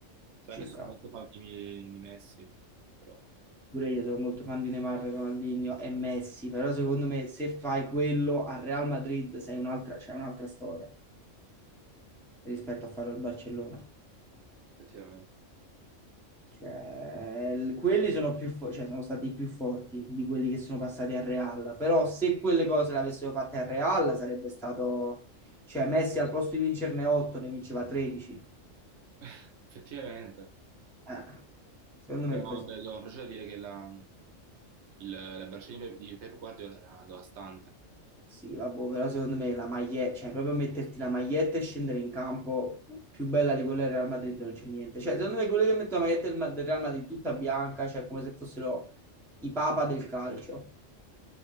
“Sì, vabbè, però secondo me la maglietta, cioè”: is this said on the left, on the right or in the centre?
Centre